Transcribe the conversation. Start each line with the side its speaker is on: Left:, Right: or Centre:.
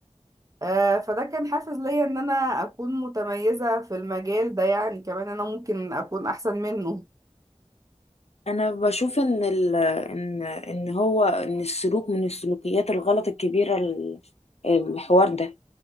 Right: آه فده كان حافز ليا ان انا اكون متميزة في المجال ده يعني كمان انا ممكن اكون احسن منه
Left: انا بشوف ان ال... ان ان هو ان السلوك من السلوكيات الغلط الكبيره ال- الحوار ده